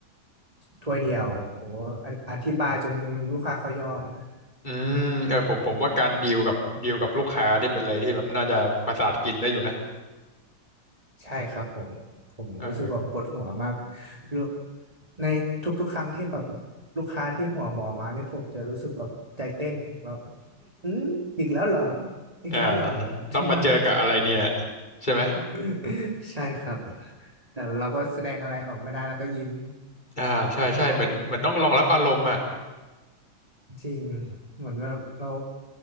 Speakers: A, on the right; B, on the left.
A: ถ้วยเดียวโหออธิบายจนลูกค้าเขายอมฮะ
B: อืมเออผมผมว่าการดีลกับดีลกับลูกค้านี่เป็นอะไรที่แบบน่าจะประสาทกินได้อยู่นะ
A: ใช่ครับผมผมรู้สึกว่าปวดหัวมาก
B: เออ
A: ลูกในทุกๆครั้งที่แบบลูกค้าที่หัวหมอมาเนี่ยผมจะรู้สึกแบบใจเต้นแบบอืมอีกแล้วเหรออีกแล้วเหรอทำไม
B: อ่าต้องมาเจอกับอะไรเนี่ยใช่ไหม
A: <laughs> ใช่ครับแต่เราก็แสดงอะไรออกไม่ได้แล้วก็ยิ้ม
B: อ่าใช่ใช่เหมือนเหมือนต้องรองรับอารมณ์อ่ะ
A: ครับผม <laughs> จริงเหมือนว่าเรา